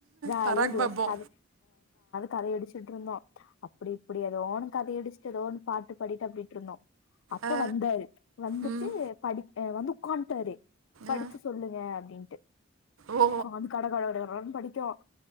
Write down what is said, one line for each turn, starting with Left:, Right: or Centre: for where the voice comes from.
Left: ஜாலியாஇப்படி
Right: பராக் பாபோ
Left: வச்சுடு கதை அடிச்சி ட்டுருந்தோம் அப்டி அப்டியாதோனு கத அடிச்சுட்டு எதோனு பாட்டு பாடிட்டு அப்டிருந்தோம் அப்ப
Right: ஆ,
Left: வந்தாரு வந்துட்டு
Right: ம்,
Left: படி வந்து ஒக்காந்துட்டாரு படிச்சு
Right: ஆ,
Left: சொல்லுங்க அப்டின்டு
Right: ஓ
Left: உக்காந் கட கட கட கடனு படிக்குரோம்